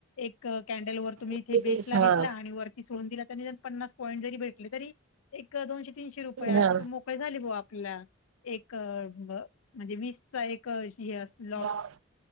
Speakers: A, on the left; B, on the right.
A: एक कॅन्डल वर तुम्ही
B: हम्म
A: ते बेसला
B: हा
A: घेतला आणि वरती सोडून दिला त्यांनी जर पन्नास पॉईंट जरी भेटले तरी ए क दोनशे-तीनशे रुपये असं
B: हा.
A: तू मोकळे झाली हो आपल्याला. एक अ.. व म्हणजे वीसचा एक असं लॉट.
B: <unintelligible>